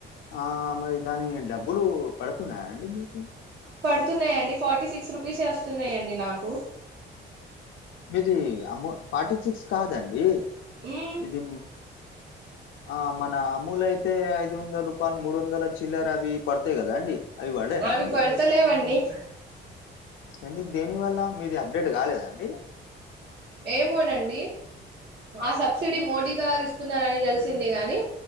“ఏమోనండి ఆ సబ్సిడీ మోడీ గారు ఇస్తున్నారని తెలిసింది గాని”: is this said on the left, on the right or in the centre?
Right